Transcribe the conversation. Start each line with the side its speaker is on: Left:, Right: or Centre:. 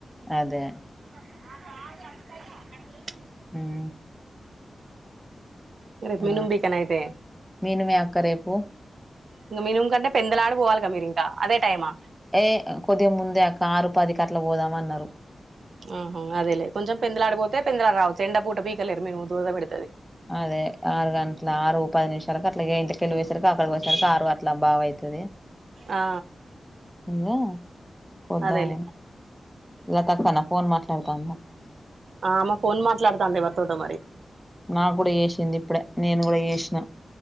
Centre: అదే
Right: ఆ <unintelligible>
Centre: ఉమ్
Right: రేపు
Centre: ఆ
Right: మినుం బీకేయనా అయితే
Centre: నేను మీ అక్క రేపు
Right: ఇంగ మినుం కంటే పెందలాడే పోవాలగా మీరింకా అదే టైమా
Centre: ఏ కొద్దిగా ముందే అక్క ఆరుపదికట్ల పోదాము అన్నారు.
Right: ఆహా అదేలే. కొంచెం పెందలాడిపోతే పెందలాడ రావచ్చు ఎండ పూట పీకలేరు మీరు దురద పెడతది.
Centre: అదే ఆరు గంటల ఆరు పది నిమిషాలకు అట్లా ఇంటికెళ్ళి వేసరికి అక్కడికి పోసరికి ఆరు అట్ల బావు అయితది.
Right: ఆ
Centre: ఇంగా కొద్దామని.
Right: అదేలే
Centre: ఇలా తక్కన్న ఫోన్ మాట్లాడతాన్న.
Right: ఆ అమ్మ ఫోన్ మాట్లాడతాంది, ఎవరితోటో మరి
Centre: నాకు కూడా చేసింది ఇప్పుడే నేను కూడా చేసిన